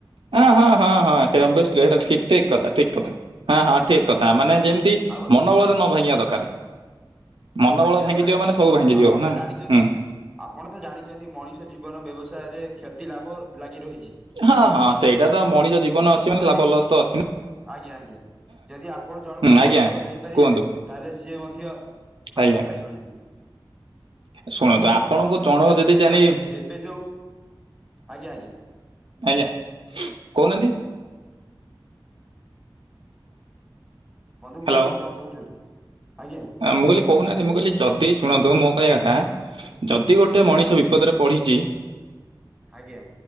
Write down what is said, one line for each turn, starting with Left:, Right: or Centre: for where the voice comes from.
Right: ହଁ ହଁ ହଁ ହଁ ସେ ଅବଶୀ ଲେଟେ ଠିକ ଠିକ କଥା ଠିକ କଥା ହଁ ହଁ ଠିକ କଥା ମାନେ ଯେମତି
Centre: ଆଉ
Right: ମନବଳରେ ନ ଭାଙ୍ଗିବା ଦରକାର ମନୋବଳ
Centre: ଆଜ୍ଞା
Right: ଭାଙ୍ଗିଯିବ
Centre: ବାସ
Right: ମାନେ ସବୁ
Centre: ମୁଁ ହୁଅତ୍
Right: ଭାଙ୍ଗିଯିବ
Centre: ଆପଣ
Right: ନା।
Centre: ତ ଜାଣିଚନ୍ତି
Right: ହୁଁ
Centre: ଆପଣ ତ ଜାଣିଛନ୍ତି ମଣିଷ ଜୀବନ ବ୍ୟବସାୟରେ କ୍ଷତି ଲାଭ ଲାଗି ରହେ।
Right: ହଁ ହଁ ସେଇଟା ତ ମଣିଷ ଜୀବନ ଅଛି ମାନେ
Centre: ଖାଲି
Right: ଲାଭ ଲସ୍ତ ଅଛିନା।
Centre: ଆଜ୍ଞା ଆଜ୍ଞା ଯଦି ଆପଣ ଜଣଙ୍କୁ
Right: ହୁଁ ଆଜ୍ଞା।
Centre: ମନୋବଳ ଦେଇପାରିବେ
Right: କୁହନ୍ତୁ
Centre: ତାହେଲେ ସିଏ ମଧ୍ୟ
Right: ଆଜ୍ଞା
Centre: ଆଶା ଛାଡ଼ିବ ନାହିଁ।
Right: ଶୁଣନ୍ତୁ
Centre: ଆପଣମ
Right: ଆପଣଙ୍କୁ
Centre: ବନ୍ଧୁ
Right: ଜଣକୁ
Centre: ଆପଣ ଜାଣିଛନ୍ତି
Right: ଯଦି ଜାଣି
Centre: ଏବେ ଯଉ ଆଜ୍ଞା ଆଜ୍ଞା।
Right: ଆଜ୍ଞା କହୁନାଆନ୍ତି।
Centre: ବନ୍ଧୁ
Right: ହ୍ୟାଲୋ।
Centre: କୁହନ୍ତୁ କଣ କହୁଚନ୍ତି ଆଜ୍ଞା।
Right: ମୁଁ କହିଲି କହୁନାହାନ୍ତି ମୁଁ କହିଲି ଯଦି ଶୁଣନ୍ତୁ ମୋ କହିବା କଥା ଯଦି ଗୋଟେ ମଣିଷ ବିପଦରେ
Centre: ଆଜ୍ଞା
Right: ପଢ଼ିଚି।
Centre: ଆଜ୍ଞା।